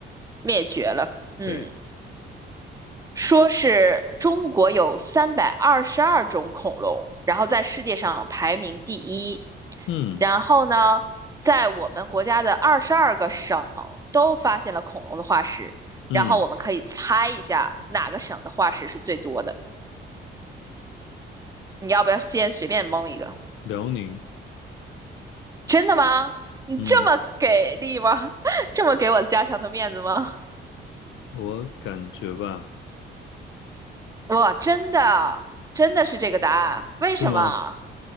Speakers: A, on the right; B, on the left.
A: 灭绝了。嗯，
B: 对，
A: 说是中国有三百二十二种恐龙，然后在世界上排名第一。
B: 嗯
A: 然后呢，在我们国家的二十二个省都发现了恐龙的化石。
B: 嗯，
A: 然后我们可以猜一下哪个省的化石是最多的。你要不要先随便蒙一个？
B: 辽宁，
A: 真的吗？你这么给力吗？
B: 嗯，
A: <laughs> 这么给我家乡的面子吗？
B: 我感觉吧，
A: 哇，真的，真的是这个答案？为什么？
B: 是吗？